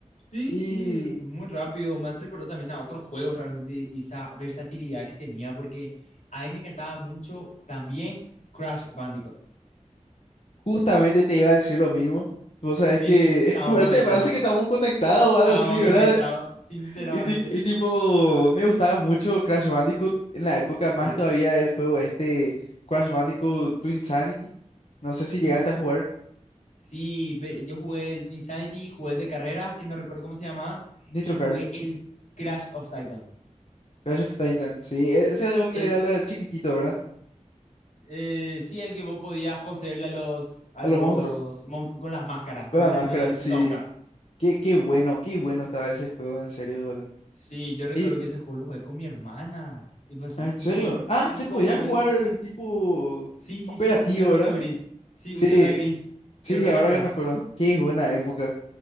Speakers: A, on the left; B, on the left.
A: Sí,
B: y
A: sí, muy rápido. Me hace recordar también a otros juegos realmente esa versatilidad que tenía, porque a mí me encantaba mucho también Crash Bandicoot.
B: Justamente te iba a decir lo mismo. Vos sabés
A: ¿Viste?
B: que
A: Estamos
B: <laughs> parece,
A: conectados.
B: parece que estamos conectados o algo
A: Estamos
B: así,
A: conectados,
B: ¿verdad?
A: sinceramente.
B: Y, tip- y tipo, me gustaba mucho Crash Bandicoot en la época, más
A: La
B: todavía el juego este Crash Bandicoot Twin Insanity. No sé si llegaste
A: Twin
B: a jugar
A: Sí, ve- yo jugué el Twin jugué el de carreras, que no recuerdo cómo se llamaba,
B: Nitro
A: y jugué
B: Car,
A: el Crash of Titans.
B: Crash of Titan. Sí, e- ese era donde
A: El,
B: era la chiquitito, ¿verdad?
A: eh, sí, el que vos podías poseer a los, a
B: A
A: los
B: los monstruos,
A: monstruos con las máscaras,
B: con
A: con
B: la
A: la,
B: máscara,
A: con el
B: sí.
A: Uka Uka.
B: Qué, qué bueno, qué bueno estaba ese juego, en serio, boludo.
A: Sí, yo recuerdo
B: Y,
A: que ese juego lo jugué con mi hermana. Y pues, es
B: ah, ¿en serio?
A: el
B: Ah,
A: único
B: se podía
A: juego.
B: jugar tipo
A: Sí, sí,
B: operativo,
A: sí, uno era
B: ¿verdad?
A: uno gris. Sí,
B: Sí,
A: uno era gris
B: Sí,
A: y otro era
B: ahora
A: Crash.
B: que me acuerdo, qué buena época.